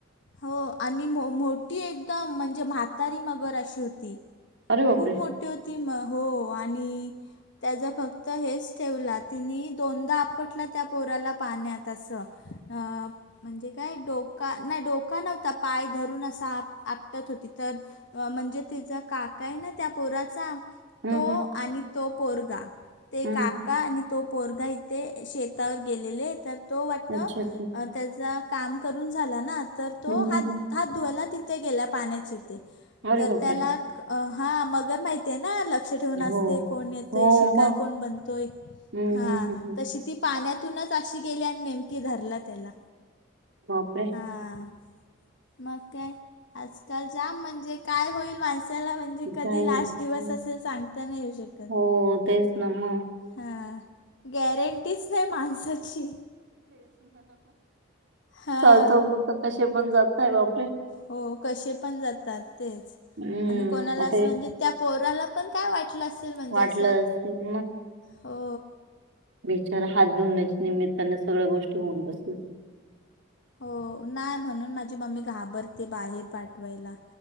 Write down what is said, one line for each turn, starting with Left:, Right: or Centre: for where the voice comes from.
Left: हो आणि मोठी एकदम म्हणजे म्हातारी मगर अशी होती.
Right: अरे बापरे
Left: खूप मोठी होती म हो आणि त्याचा फक्त हेच ठेवला तिने दोनदा आपटला त्या पोराला पाण्यात असं अ म्हणजे काय डोका नाही डोका नव्हता पाय धरून असा आप आपटत होती, तर म्हणजे तिचा काका आहे ना त्या पोराचा
Right: हम्म
Left: तो
Right: हम्म
Left: आणि तो पोरगा ते
Right: हम्म
Left: काका
Right: हम्म.
Left: आणि तो पोरगा इथे शेतावर गेलेले तर तो वाटत
Right: अच्छा अच्छा
Left: त्याचा काम करून झाला ना तर तो
Right: हम्म
Left: हात
Right: हम्म हम्म.
Left: हात धुवायला तिथे गेला पाण्याची
Right: अरे
Left: तर
Right: बापरे
Left: त्याला हा मग माहिती ना लक्ष ठेवून असते
Right: हो
Left: कोण येतोय
Right: हो
Left: शिकार
Right: मग
Left: कोण बनतोय,
Right: हम्म
Left: हा
Right: हम्म हम्म हम्म.
Left: तशी ती पाण्यातूनच अशी गेली आणि नेमकीे धरला त्याला.
Right: बापरे!
Left: हा मग काय आजकाल जाम म्हणजे काय होईल माणसाला म्हण म्हणजे
Right: काही
Left: कधी लास्ट दिवस असेल सांगता नाही येऊ शकत.
Right: हो तेच ना मग
Left: हा गॅरंटीच नाही माणसाची. हां
Right: चालत म कसे पण जातय, बापरे
Left: हो कसे पण जातात तेच
Right: हम्म
Left: आणि कोणाला असं
Right: ते
Left: म्हणजे, त्या पोराला पण काय वाटलं असेल म्हणजे
Right: वाटलं
Left: असं,
Right: असेल
Left: हो
Right: बेचार हात धुण्याच्या निमित्ताने सगळ्या गोष्टी होऊन बसल्या.
Left: हो नाय म्हणून माझी मम्मी घाबरते बाहेर पाठवायला.